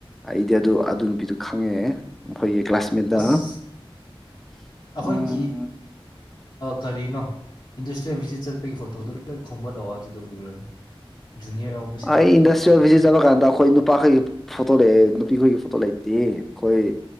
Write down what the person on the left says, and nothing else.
ꯑꯁ
ꯑꯩꯈꯣꯏꯒꯤ
ꯀꯔꯤꯅꯣ ꯏꯟꯗꯁꯇ꯭ꯔꯤꯌꯦꯜ ꯚꯤꯖꯤꯠ ꯆꯠꯄꯒꯤ ꯐꯣꯇꯣꯗꯨ ꯂꯣꯏ ꯈꯣꯕꯠ ꯂꯥꯛꯑꯣ ꯑꯗꯨꯗ ꯎꯔꯅꯤ ꯖꯨꯅꯤꯌꯔ ꯌꯥꯎꯕꯁꯤꯡ
ꯃꯌꯥꯝꯒꯤꯗꯣ